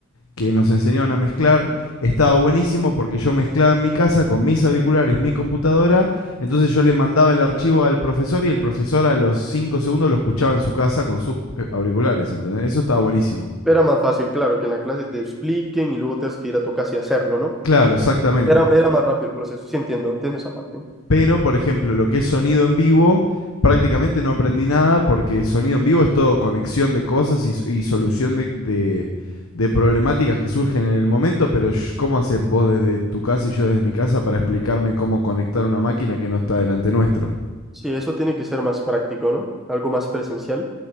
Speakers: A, on the left; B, in the centre.
A: que nos enseñaron a mezclar, estaba buenísimo porque yo mezclaba en mi casa con mis auriculares, mi computadora, entonces yo le mandaba el archivo al profesor y el profesor a los 5 segundos lo escuchaba en su casa con sus eh, auriculares, ¿entendés? Eso estaba buenísimo.
B: Era más fácil, claro, que en la clase te expliquen y luego tengas que ir a tu casa y hacerlo, ¿no?
A: Claro, exactamente.
B: Era, era más rápido el proceso, sí entiendo, entiendo esa parte.
A: Pero, por ejemplo, lo que es sonido en vivo, prácticamente no aprendí nada porque sonido en vivo es todo conexión de cosas y, y solución de, de- de problemáticas que surgen en el momento, pero ¿cómo haces vos desde tu casa y yo desde mi casa para explicarme cómo conectar una máquina que no está delante nuestro?
B: Sí, eso tiene que ser más práctico, ¿no? Algo más presencial.